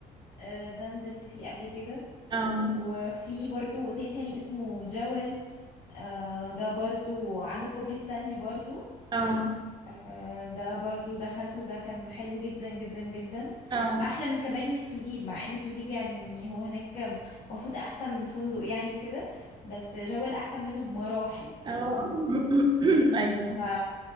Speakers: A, on the left; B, on the right.
A: آه ده نزلت فيه قبل كده
B: اه
A: وفي برضو اوتيل تاني اسمه جاول آه ده برضو عند كوبري ستانلي برضو
B: اه
A: آه ده برضو دخلته ده كان حلو جدا جدا جدا
B: اه
A: احلى من كمان من توليب مع ان توليب يعني هو هناك المفروض احسن فندق يعني وكده بس جاول احسن منه بمراحل
B: اه <coughs> <clears throat> أيوه
A: ف